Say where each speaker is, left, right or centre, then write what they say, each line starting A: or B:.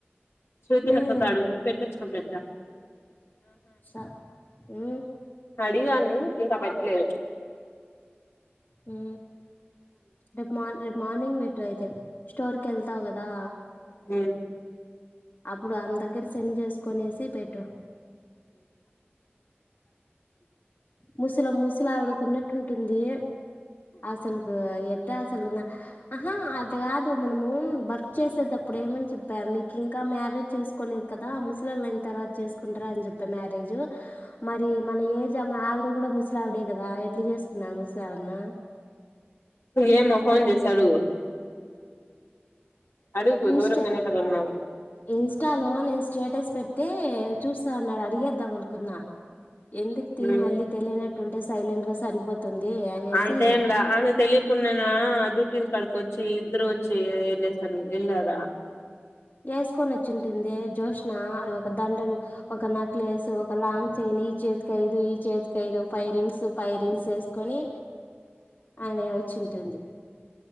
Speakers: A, on the left; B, on the left.
A: శృతి
B: లేదు
A: అక్కతో అడుగు పెట్టిచ్చు గడ్డ
B: స ఉ
A: అడిగాను ఇంకా పెట్టలేదు
B: ఉ రేపు మార్ రేపు మార్నింగ్ పెట్టు అయితే స్టోర్ కి వెళ్తావు కదా
A: ఉ
B: ఇప్పుడు ఆమె దగ్గర సెండ్ చేసుకునేసి పెట్టు ముసల ముసలావిడకున్నట్టు ఉంటుంది అసలుకు ఎట్ట అసలు ఆ అట్ల కాదు మనము వర్క్ చేసేటప్పుడు ఏమని చెప్పా మీకు ఇంకా మ్యారేజ్ చేసుకోలేదు కదా ముసలళ్లు అయిన తర్వాత చేసుకుంటారా అని చెప్పి మ్యారేజ్ మరి మన ఏజ్ అప్ మా ఆవిడ కూడా ముసలావిడే కదా ఎట్లా చేసుకున్నా ముసలావిడను
A: ఏమో ఫోన్ చేసి అడుగు అడుగు
B: ఇన్స్టా
A: దూరంగానే కదన్నా
B: ఇన్స్టాలో నేను స్టేటస్ పెడితే చూస్తా అన్నాడు అడిగేద్దాం అనుకున్నా ఎందుకు తీ
A: ఉ
B: మళ్ళీ తెలియనట్టుంటే సైలెంట్ గా సరిపోతుంది అనేసి
A: అంతేంలా అంత తెలియకున్నానా డ్యూటీ కడుకి వచ్చి ఇద్దరూ వచ్చి ఎళ సన్ ఎల్లాద
B: వేసుకొని వచ్చింటుంది జ్యోష్నా ఒక దండలు ఒక నెక్లెస్ ఒక లాంగ్ చైన్ ఈ చేతికిఐదు దు ఈ చేతికి ఐదు ఫైరింగ్స్ ఫైరింగ్స్ వేసుకొని అనే వచ్చింటుంది